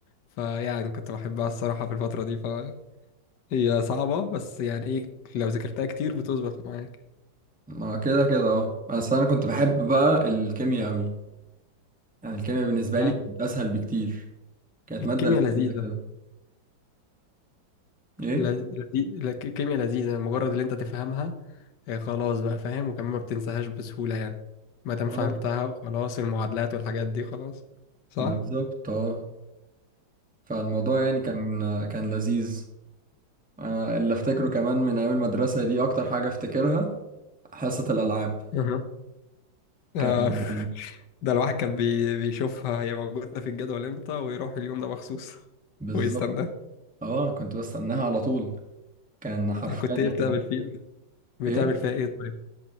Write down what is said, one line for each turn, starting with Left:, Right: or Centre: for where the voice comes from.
Left: فيعني كنت بحبها الصراحة في الفترة دي فهي صعبة بس يعني إيه لو ذاكرتها كتير بتظبط معاك
Centre: ما كده كده اه بس انا كنت بحب بقى الكيمياء قوي يعني الكيمياء بالنسبه
Left: آه.
Centre: لي كانت اسهل بكتير كانت
Left: الكيمياء
Centre: ماده
Left: لذيذة
Centre: لذيذه كده ايه
Left: لذ- لذي- لك- الكيمياء لذيذة مجرد اللي أنت تفهمها آه، خلاص بقى فاهم وكمان ما بتنساهاش بسهولة يعني ما دام فهمتها
Centre: آه،
Left: وخلاص المعادلات والحاجات دي خلاص صح؟
Centre: بالظبط اه فالموضوع يعني كان كان لذيذ انا اللي افتكره كمان من ايام المدرسه دي اكتر حاجه افتكرها حصه الالعاب
Left: أها آه.
Centre: كان
Left: <laughs> ده الواحد كان بي... بيشوفها هي موجودة في الجدول امتى ويروح اليوم ده مخصوص
Centre: بالظبط
Left: ويستنى
Centre: اه كنت بستناها على طول كان حرفيا
Left: طب كنت ايه
Centre: يعني
Left: بتعمل فيه بتعمل
Centre: ايه
Left: فيها ايه طيب